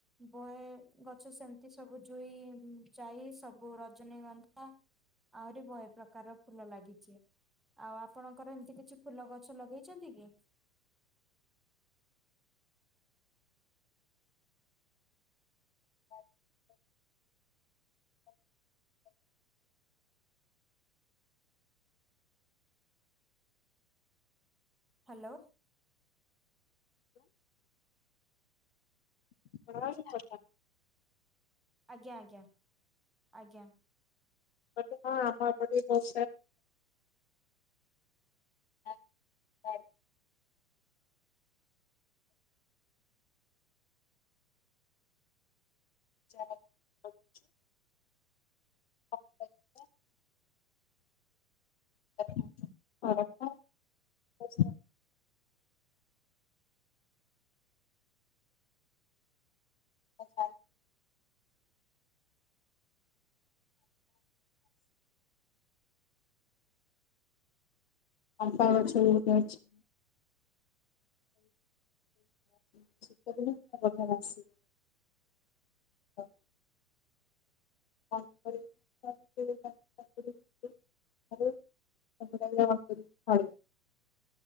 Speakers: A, in the centre; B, on the left.
A: ବହେ ଗଛ ସେମିତି ଏମିତି ସବୁ ଜୁଇ ଯାଇ ସବୁ ରଜନୀଗନ୍ଧା ଆହୁରି ବହେ ପ୍ରକାର ଫୁଲ ଲାଗିଛି। ଆଉ ଆପଣଙ୍କର ଏମିତି କିଛି ଫୁଲ ଗଛ ଲଗେଇଛନ୍ତି କି? <inaudible>
B: <unintelligible>
A: ହ୍ୟାଲୋ!
B: ହ <unintelligible>
A: ଆଜ୍ଞା ଆଜ୍ଞା ଆଜ୍ଞା।
B: ବଣୁ ଆମପଡି ବହୁ <unintelligible> <unintelligible> <unintelligible> <unintelligible> ଆଛା। କଣ୍ଟା ଅଛ ବହୁତ <unintelligible> ହ <unintelligible> <unintelligible>